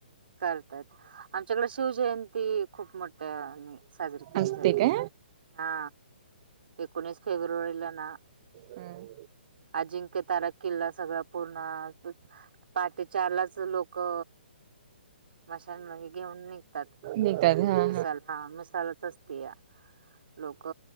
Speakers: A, on the right; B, on the right.
A: करतात. आमच्याकडे शिवजयंती खूप मोठ्या हेनी साजरी केली
B: असते
A: जाते.
B: काय
A: हा एकोणीस फेब्रुवारीला ना
B: हं.
A: अजिंक्य तारा किल्ला सगळा पूर्ण आ पाहाटे चारलाच लोक मशालग घेऊन निघतात.
B: निघतात हा
A: मिसाला हा मिसालाच असते या. लोक